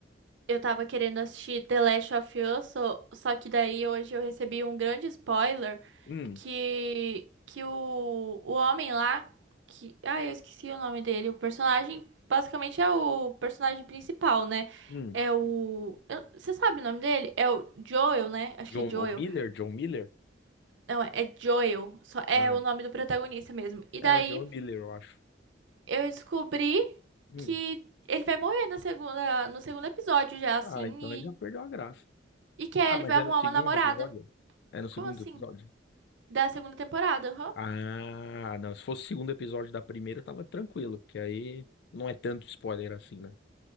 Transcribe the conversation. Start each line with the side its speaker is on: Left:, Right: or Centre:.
Right: eu tava querendo assistir The Last of Us, só, só que daí hoje eu recebi um grande spoiler
Left: Hum,
Right: que, que o, o homem lá, que, ah, eu esqueci o nome dele, o personagem, basicamente é o personagem principal, né?
Left: hum.
Right: É o, eu- você sabe o nome dele? É o Joel, né? Acho
Left: John
Right: que é Joel.
Left: o Miller? John Miller?
Right: Não, é Joel, só é
Left: Ah,
Right: o nome do protagonista mesmo. E
Left: é
Right: daí
Left: o John Miller, eu acho.
Right: Eu descobri
Left: hum.
Right: que ele vai morrer na segunda, no segundo episódio já, assim,
Left: Ah, então
Right: e,
Left: ele já perdeu a graça.
Right: e que a
Left: Ah,
Right: Ellie
Left: mas
Right: vai
Left: é
Right: arrumar
Left: no segundo
Right: uma namorada.
Left: episódio? É no segundo
Right: Como assim?
Left: episódio?
Right: Da segunda temporada, aham.
Left: Ah, não, se fosse o segundo episódio da primeira, tava tranquilo, porque aí não é tanto spoiler assim, né?